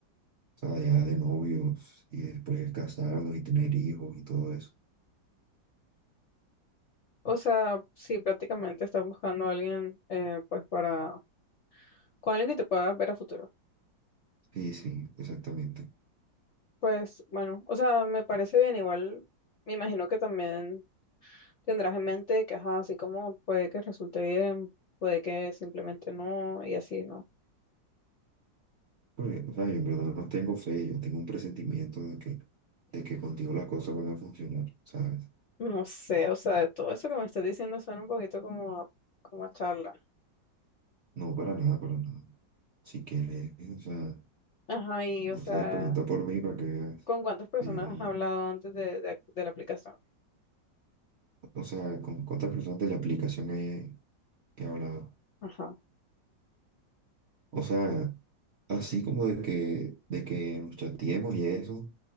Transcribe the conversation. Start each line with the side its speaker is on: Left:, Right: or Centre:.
Right: sea, ya de novios y después casarnos y tener hijos y todo eso.
Left: O sea, sí, prácticamente estás buscando a alguien, eh, pues, para, con alguien que te pueda ver a futuro.
Right: Sí, sí, exactamente.
Left: Pues, bueno, o sea, me parece bien, igual, me imagino que también. Tendrás en mente que, ajá, así como puede que resulte bien, puede que simplemente no, y así, ¿no?
Right: Pues, o sea, yo en verdad no tengo fe, yo tengo un presentimiento de que, de que contigo las cosas van a funcionar, ¿sabes?
Left: No sé, o sea, todo eso que me estás diciendo suena un poquito como a, como a charla.
Right: No, para nada, para nada. Si quieres, o sea,
Left: Ajá, y,
Right: no
Left: o sea,
Right: sé, pregunta por mí para que veas.
Left: ¿con cuántas personas
Right: Yo
Left: has hablado antes de, de, de la aplicación?
Right: O sea, ¿con cuántas personas de la aplicación he, he hablado?
Left: Ajá,
Right: O sea, así como de que, de que nos chateemos y eso,